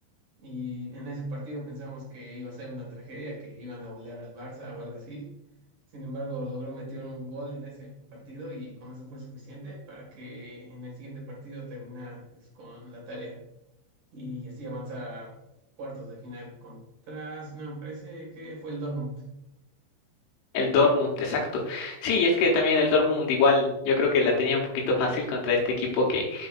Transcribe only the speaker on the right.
Y en ese partido pensábamos que iba a ser una tragedia, que iban a golear al Barça o algo así. Sin embargo, logró meter un gol en ese partido y con eso fue suficiente para que en el siguiente partido terminara pues, con la tarea y así avanzar a cuartos de final contra, si no me parece, que fue el Dortmund.